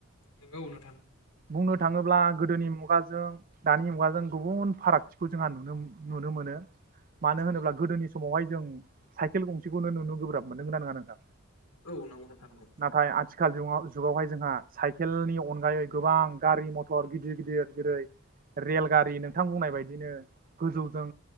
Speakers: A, on the left; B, on the right.
A: नोंगौ नोंथां नोंगौ।
B: बुंनो थाङोब्ला गोदोनि मुगा जों दानि मुगाजों गुबुन फारागथिखौ जोंहा नुनो नुनो मोनो। मानो होनोब्ला
A: औ
B: गोदोनि समावहाय जों साइकेल गंसेखौनो नुनो गोब्राब मोन। नोंगौना नोङा नोंथां?
A: औ नोंगौ नोंथां नोंगौ।
B: नाथाय आथिखाल जुग जुगावहाय जोंहा साइकेलनि अनगायै गोबां गारि मथर गिदिर गिदिर जेरै रेल गारि नोंथां बुंनाय बायदिनो गोजौजों